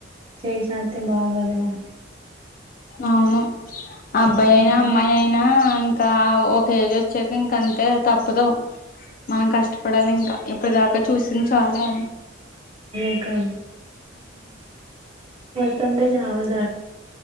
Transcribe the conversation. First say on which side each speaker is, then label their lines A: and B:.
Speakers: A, on the right; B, on the left.
A: చేయి చాస్తే బాగోదుగా
B: అవును ఆ అబ్బాయి
A: మ్మ్
B: అయినా అమ్మాయి అయినా ఇంకా ఒక ఏజ్ వచ్చాక ఇంకా అంతే తప్పదు మనం కష్టపడాలి ఇంకా ఇప్పుట్ దాకా చూసిం చాలు
A: ఇంకా త్తంటే చావల్